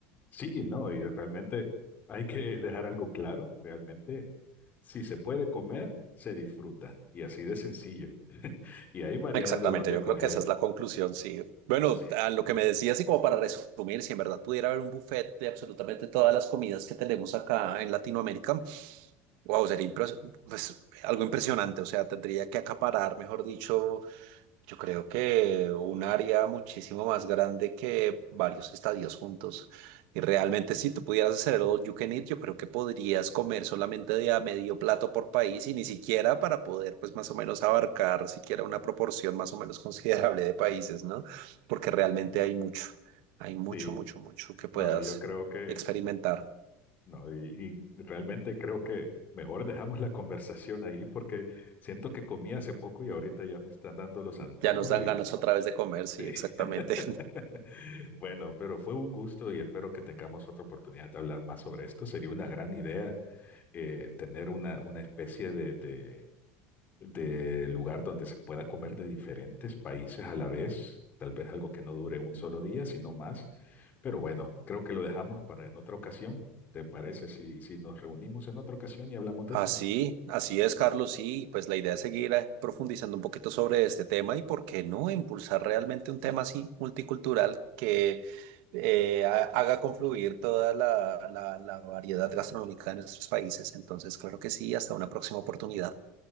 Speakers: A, on the left; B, on the right.
A: Sí, no, y realmente hay que dejar algo claro, realmente, si se puede comer, se disfruta, y así de sencillo. <laughs> Y hay variedad
B: Exactamente,
A: de dónde
B: yo
A: escoger.
B: creo que esa es la conclusión, sí. Bueno,
A: Sí,
B: a lo que me decías y como para resumir, si en verdad pudiera haber un buffet de absolutamente todas las comidas que tenemos acá en Latinoamérica, Wow, sería impres- pues, algo impresionante, o sea, tendría que acaparar, mejor dicho, yo creo que un área muchísimo más grande que varios estadios juntos. Y realmente si tú pudieras hacer el all you can eat, yo creo que podrías comer solamente de a medio plato por país y ni siquiera para poder pues más o menos abarcar siquiera una proporción más o menos considerable de países, ¿no? Porque realmente
A: sí,
B: hay mucho, hay mucho,
A: sí,
B: mucho, mucho que puedas
A: no, y yo creo que,
B: experimentar.
A: no, y, y realmente creo que mejor dejamos la conversación ahí porque siento que comí hace poco y ahorita ya me están dando los antojos
B: Ya nos dan
A: y
B: ganas otra vez de comer, sí,
A: sí.
B: exactamente.
A: <laughs> Bueno, pero fue un gusto y espero que tengamos otra oportunidad de hablar más sobre esto. Sería una gran idea eh, tener una, una especie de, de- de lugar donde se pueda comer de diferentes países a la vez, tal vez algo que no dure un solo día, sino más, pero bueno, creo que lo dejamos para en otra ocasión. ¿Te parece si, si nos reunimos en otra ocasión y hablamos de
B: Así,
A: esto?
B: así es, Carlos. Sí, pues la idea es seguir eh, profundizando un poquito sobre este tema y por qué no impulsar realmente un tema así multicultural que eh, ha- haga confluir toda la, la la variedad gastronómica de nuestros países. Entonces, claro que sí, hasta una próxima oportunidad.